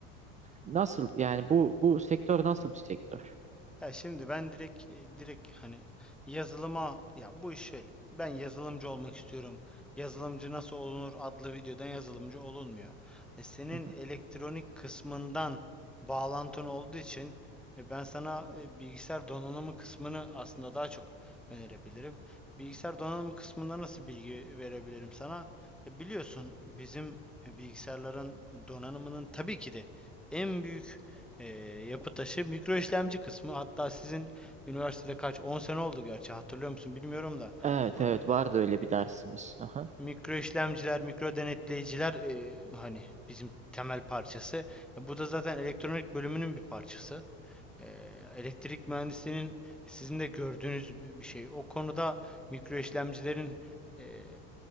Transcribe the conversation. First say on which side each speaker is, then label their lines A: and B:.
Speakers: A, on the right; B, in the centre.
A: nasıl yani bu bu sektör nasıl bir sektör?
B: Ya şimdi ben direkt e, direkt hani yazılıma ya bu iş şöyle. Ben yazılımcı olmak istiyorum. Yazılımcı nasıl olunur adlı videodan yazılımcı olunmuyor. E, senin
A: Hı hı.
B: elektronik kısmından bağlantın olduğu için e, ben sana e, bilgisayar donanımı kısmını aslında daha çok önerebilirim. Bilgisayar donanımı kısmında nasıl bilgi verebilirim sana? E, biliyorsun bizim e, bilgisayarların donanımının tabii ki de en büyük ee, yapı taşı mikro işlemci kısmı hatta sizin üniversitede kaç 10 sene oldu gerçi hatırlıyor musun bilmiyorum da
A: Evet
B: Ee,
A: evet vardı öyle bir dersimiz. Aha.
B: mikro işlemciler mikro denetleyiciler e, hani bizim temel parçası E, bu da zaten elektronik bölümünün bir parçası Ee, elektrik mühendisliğinin sizin de gördüğünüz bi- bir şey o konuda mikro işlemcilerin e,